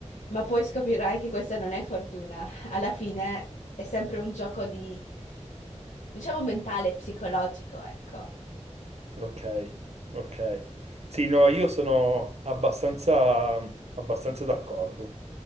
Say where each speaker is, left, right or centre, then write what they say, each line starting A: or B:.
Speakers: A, on the left; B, on the right.
A: ma poi scoprirai che questa non è fortuna alla fine è sempre un gioco di, diciamo, mentale e psicologico, ecco.
B: ok, ok. Sì, no, io sono abbastanza, abbastanza d'accordo,